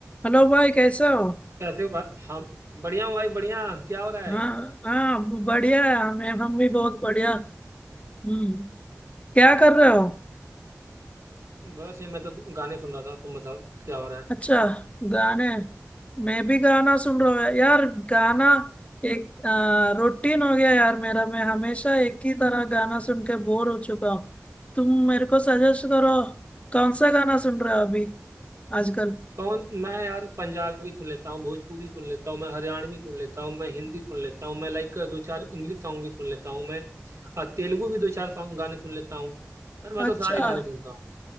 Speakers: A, on the left; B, on the right.
A: हेलो भाई कैसे हो
B: कैसे हो भाई हम बढ़िया हूँ भाई बढ़िया क्या हो रहा है
A: हाँ हाँ बढ़िया है हमें हम भी बहुत बढ़िया हम्म क्या कर रहे हो
B: बस ये मैं तो गाने सुन रहा था तुम बताओ क्या हो रहा है
A: अच्छा गाने मैं भी गाना सुन रहा हूँ यार गाना एक रूटीन हो गया यार मेरा मैं हमेशा एक ही तरह गाना सुन के बोर हो चुका हूँ तुम मेरे को सजेस्ट करो कौन सा गाना सुन रहे हो अभी आजकल
B: कौन मैं यार पंजाबी सुन लेता हूँ भोजपुरी सुन लेता हूँ मैं हरियाणवी सुन लेता हूँ मैं हिंदी सुन लेता हूँ मैं लाइक दो चार इंग्लिश सॉन्ग भी सुन लेता हूँ मैं अ, तेलुगु भी दो चार सॉन्ग गाने सुन लेता हूँ यार मैं
A: अच्छा
B: तो सारे गाने सुनता हूँ